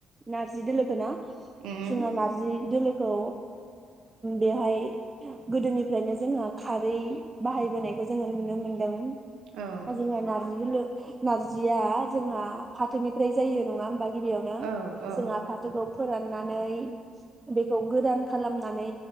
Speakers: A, on the right (about 20°); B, on the right (about 85°).
A: नारजि दोलोखौ ना
B: उम
A: जो नारजि दोलोखौ बेवहाय गोदोनिफ्रायनो जोहा खारै बाहायबोनायखौ जोङो नुनो मोनदों
B: औ
A: नारजि दोलो नारजिया जोंहा फाथोनिफ्राय जायो नङा होनबा गिबि
B: औ औ
A: जों फाथोखौ फोराननानै बेखौ गोदान खालामनानै